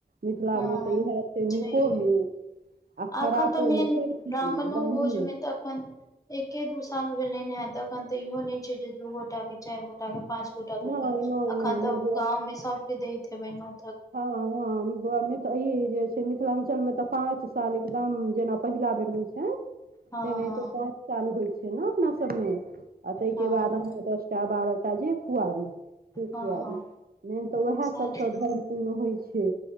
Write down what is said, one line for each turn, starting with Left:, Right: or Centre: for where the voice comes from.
Right: मिथिलामे
Left: हँ
Right: तऽ इएह छै
Left: छैहे
Right: निकोमे आ
Left: अखन
Right: खरापोमे
Left: तऽ मेन
Right: सब
Left: ब्राह्मणो
Right: चीजमे ब्राह्मणे
Left: भोजमे तऽ एखन एके दू साल भेलनि हें तऽ एखन तऽ इहो नहि छै जे दू गोटा के चारि गोटा के पाँच गोटाक
Right: नहि
Left: उपनयन
Right: नहि
Left: छै
Right: नहि
Left: अखन
Right: नहि
Left: तऽ
Right: बौआ
Left: गाउँ मे सबके दैत हेबै न्योत
Right: हँ हँ ई जे छै मिथिला न्चल मे तऽ पाँच साल एकदम जेना पहिला बेर होइ छै
Left: हँ
Right: तेना
Left: हँ
Right: एते पाँच साल होइ छै छै ने अपना सबमे आ ताहिके
Left: हँ
Right: बाद अहाँ दस टा बारह टा जे खुआबी से खुआबी
Left: हँ हँ
Right: मेन तऽ उएह
Left: सैह
Right: सभसँ
Left: तऽ
Right: धर्मपूर्ण होइ छै